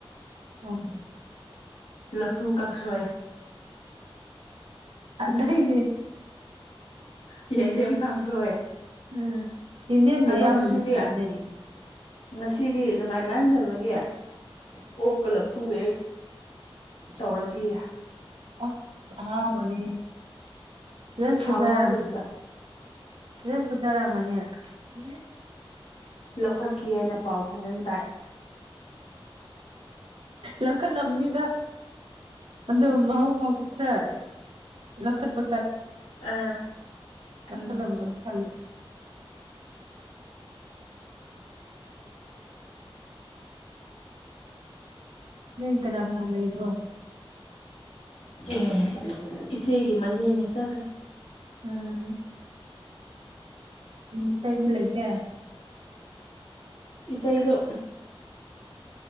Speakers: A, on the right (about 65°); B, on the left (about 85°).
A: <unintelligible>
B: ꯂꯐꯨ ꯀꯥꯡꯁꯣꯏ꯫
A: ꯑꯗꯏꯗꯤ꯫
B: ꯌꯦꯟꯗꯦꯝ ꯀꯥꯡꯁꯣꯏ꯫
A: ꯎꯝ꯫ ꯌꯦꯟꯗꯦꯝꯗꯤ
B: ꯑꯗꯣ
A: ꯑꯌꯥꯝꯕ
B: ꯉꯁꯤꯗꯤ
A: ꯑꯗꯨꯝ ꯆꯥꯅꯩ
B: ꯉꯁꯤꯗꯤ ꯅꯨꯡꯉꯥꯏ ꯃꯥꯟꯍꯟꯗꯕꯒꯤ ꯑꯣꯀ ꯂꯐꯨꯒ ꯍꯦꯛ ꯇꯧꯔ ꯄꯤꯔꯦ꯫
A: ꯑꯁ ꯑꯉꯥꯑꯣꯕ ꯋꯥꯔꯤ꯫ ꯐꯖꯟ
B: ꯊꯥꯎ
A: ꯐꯨꯗꯔꯅꯤ
B: ꯌꯥꯎꯗꯕꯤꯗ
A: ꯐꯖꯟ ꯐꯨꯊꯔꯥꯃꯅꯤ꯫ ꯅꯤ
B: ꯂꯧꯈꯠꯈꯤ ꯍꯥꯏꯅ ꯄꯥꯎ ꯐꯖꯅ ꯇꯥꯏ꯫
A: ꯂꯧꯈꯠ ꯂꯝꯅꯤꯗ꯫ ꯑꯗꯨꯝ ꯃꯍꯧꯁꯥꯁꯨ ꯈꯔ ꯂꯈꯠꯄ꯫
B: ꯑ
A: ꯂꯧꯈꯠꯂꯝꯒꯅꯤ
B: ꯎꯝ꯫ <unintelligible> <unintelligible>
A: ꯈꯜꯂꯤ ꯅꯣꯏ ꯀꯅꯥ ꯀꯅꯥ ꯂꯩꯕ꯭ꯔꯣ
B: ꯑꯦ꯫ ꯏꯆꯦꯒꯤ ꯃꯅꯦꯅꯦ ꯆꯠꯈ꯭ꯔꯦ꯫
A: ꯑꯝ꯫ ꯎꯝ ꯇꯏꯗꯤ ꯂꯥꯏꯇꯦ꯫
B: ꯏꯇꯩꯗꯣ꯫